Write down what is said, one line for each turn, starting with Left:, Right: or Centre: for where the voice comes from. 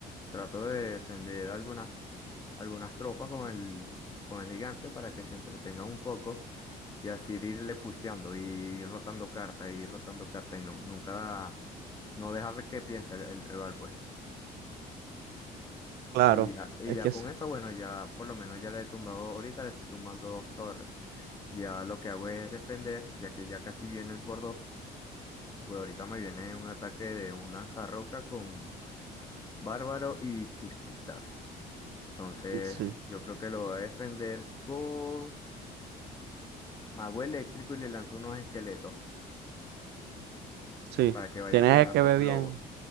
Left: Trato de defender algunas, algunas tropas con el, con el gigante para que se entretengan un poco y así irle pusheando y ir rotando cartas y ir rotando cartas y no, nunca, no dejar que piense el el rival, pues.
Right: Claro,
Left: Y ya, y
Right: Es
Left: ya
Right: que es-
Left: con eso, bueno, ya por lo menos ya le he tumbado, ahorita le estoy tumbando dos torres. Ya lo que hago es defender, ya que ya casi viene el por dos. Pues ahorita me viene un ataque de un lanzarroca con Bárbaro y Chispitas. Entonces,
Right: sí,
Left: yo creo que lo voy a defender con Mago Eléctrico y le lanzo unos esqueletos
Right: sí,
Left: para que vaya
Right: tienes
Left: frenando
Right: que ver
Left: un globo.
Right: bien.